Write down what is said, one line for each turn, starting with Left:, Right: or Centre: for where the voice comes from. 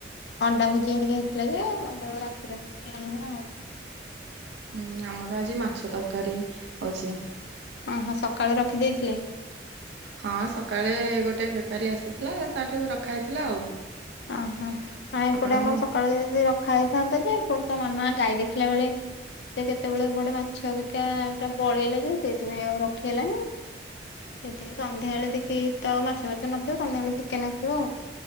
Left: ଅଣ୍ଡା ଭୁଜିଆ ହେରିକି ହେଇଥିଲା ଯେ କହିଲେ ରାତିରେ ନହଲେ ଆଣିବା ଆଉ।
Right: ହୁଁ ଆମର ଆଜି ମାଛ ତରକାରୀ ହଉଚି।
Left: ଓ ହ ସକାଳେ ରଖିଦେଇଥିଲେ?
Right: ହଁ ସକାଳେ ଗୋଟେ ବେପାରୀ ଆସୁଥିଲା ତାଠୁ ରଖା ହେଇଥିଲା ଆଉ।
Left: ଓହୋ ଆଉ ଏପଟେ
Right: ଆପଣ
Left: ଆମର
Right: ହୁଁ
Left: ସକାଳୁ ଯଦି ରଖା ହେଇଥାନ୍ତା ଯେ ଏପଟେ ତ ମାମା ଗାଈ ଦେଖିଲା ବେଳେ ସେ କେତେବେଳେ ଗୋଟେ ମାଛ ବିକା ଟା ପଳେଇଲା ଯେ ସେଇଥିପାଇଁ ଆଉ ରଖି ହେଲାନି। ସେଥିପାଇଁ ସନ୍ଧ୍ୟାବେଳେ ଦେଖି ତ ମାଛ ଫାଛ ନଥିବ ସନ୍ଧ୍ୟାବେଳେ ଚିକେନ୍ ଆସିବ ଆଉ।